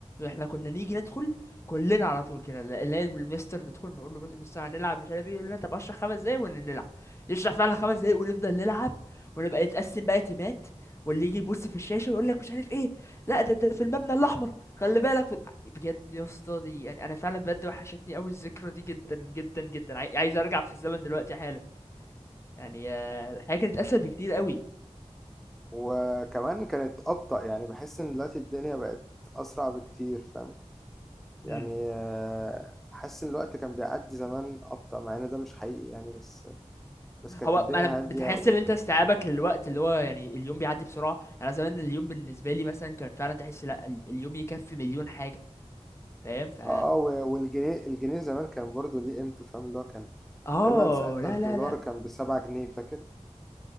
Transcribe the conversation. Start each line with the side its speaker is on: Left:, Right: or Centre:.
Left: احنا كنا نيجي ندخل كلنا على طول كده لا- نلاقي المستر ندخل نقول له بص- مستر هنلعب مش عارف ايه يقول لنا طب اشرح خمس دقايق ونلعب يشرح فعلا خمس دقايق ونفضل نلعب ونبقى نتقسم بقى تيمات واللي يجي يبص في الشاشه ويقول لك مش عارف ايه لا ده ده في المبنى الاحمر خلي بالك في... ال-" بجد يا اسطى دي يعني انا فعلا بجد وحشتني قوي الذكرى دي جدا جدا جدا عاي- عايز ارجع في الزمن دلوقتي حالا يعني آه، الحياة كانت اسهل بكتير قوي
Centre: وكمان كانت أبطأ يعني بحس إن دلوقتي الدنيا بقت أسرع بكتير فاهم يعني
Left: امم
Centre: آه، حاسس إن الوقت كان بيعدي زمان أبطأ مع إن ده مش حقيقي يعني بس بس كانت
Left: هو
Centre: الدنيا
Left: انا
Centre: هادية
Left: بتحس
Centre: و...
Left: ان انت استيعابك للوقت اللي هو يعني اليوم بيعدي بسرعه يعني انا زمان اليوم بالنسبه لي مثلا كان فعلا تحس لا ال- اليوم يكفي مليون حاجه فاهم ف
Centre: اه اه و- والجنيه الجنيه زمان كان برضو ليه قيمته فاهم اللي هو كان
Left: اه
Centre: تقريبا ساعتها
Left: لا
Centre: الدولار
Left: لا لا
Centre: كان بسبعة جنيه فاكر